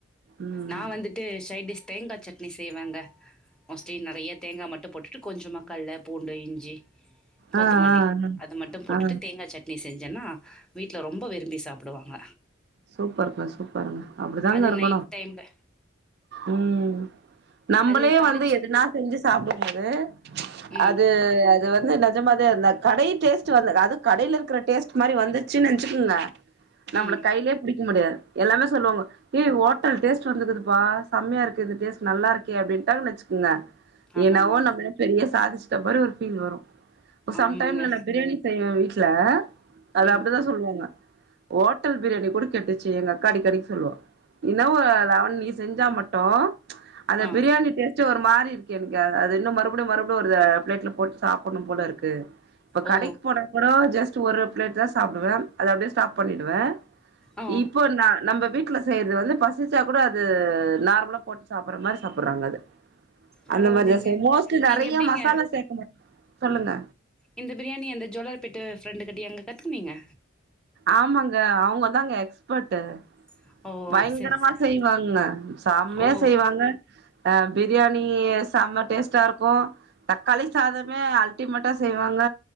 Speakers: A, on the right (about 55°); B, in the centre.
A: ம்
B: நா வந்துட்டு சைடிஷ் தேங்கா சட்னி செய்வேங்க மோஸ்ட்லி நெறைய தேங்கா மட்டு போட்டுட்டு கொஞ்ச கள்ள பூண்டு இஞ்சி கொத்தமல்லி
A: ஆ ஆ
B: அது மட்டு போட்டுட்டு
A: ஆ ஆ
B: தேங்கா சட் னி செஞ்சன்னா வீட்ல ரொம்ப விரும்பி சாப்புடுவாங்க
A: சூப்பர்ருங்க சூப்பர்ருங்க அப்புடிதாங்க
B: அது
A: இருக்கணு
B: நைட் டைம்ல
A: ம் நம்பளே
B: அது தாளிச்சு
A: வந்து எதுனா செஞ்சு சாப்புடும்பது
B: ம்
A: அது அது வந்து என்ன நஞ்ச மாதிரி அந்த கடை டேஸ்ட் வர்ல அது கடைல இருக்கிற டேஸ்ட் மாதிரி வந்துச்சு நினைச்சுக்கங்க நம்பள
B: ம்
A: கையிலியே புடிக்க முடியாது எல்லாமே சொல்வாங்க ஏய் ஹோட்டல் டேஸ்ட் வந்துகுதுப்பா செமையா இருக்கு இந்த டேஸ்ட் நல்லா இருக்கே அப்படன்ட்டாங்க வெச்சுக்கோங்க
B: ஆமாங்க
A: என்னாவோ நம்ம பெரிய சாதிச்சிட்ட மாரி ஒரு பீல் வரும் சம்டைம்ல
B: ஆமாங்க
A: நா பிரியாணி செய்வ வீட்ல அது
B: ம்
A: அப்புடிதா சொல்வாங்க ஹோட்டல் பிரியாணி கூட கெட்டுச்சி எங்க அடிக்கடிக் சொல்லுவா ன்னாவோ லாவண் நீ செஞ்சா மட்டோ அந்த
B: ஆ
A: பிரியாணி டேஸ்ட் ச ஒரு மாறி இருக்கு எனக்கு அ அது இன்னும் மறுபடியும் மறுபடியும் ஒரு பிளேட்ல போட்டு சாப்டணும் போல இருக்கு இப்ப
B: ஓ
A: கடைக் போனா கூட ஜஸ்ட் ஒரு பிளேட்தாசாப்டுவே அது அப்டியே சாப் பண்ணிடுவே
B: ஆ
A: இப்போ நா நம்ப வீட்ல செய்றது வந்து பசிச்சா கூட அது நார்மலா போட்டு சாப்ற மாரி சாப்றாங்க அது
B: பரவாயில்லைங்க
A: அந்த மாரிதா செய் மோஸ்ட் நெறைய
B: நீங்க எப்டிங்க
A: மசாலா சேக்க மாட்ட சொல்லுங்க
B: இந்த பிரியாணி அந்த ஜோலார்பேட்ட ஃப்ரெண்டு கட்டயாங்க கத்துக்குனீங்க
A: ஆமாங்க அவுங்கதாங்க எக்ஸ்பர்ட்டு
B: <unintelligible>
A: பயங்கரமா
B: சரி சரி
A: செய்வாங்க சம்யா
B: ஓ
A: செய்வாங்க அ பிரியாணி செம்ம டேஸ்ட்டா இருக்கு தக்காளி சாதமே அல்டிமேட்டா செய்வாங்க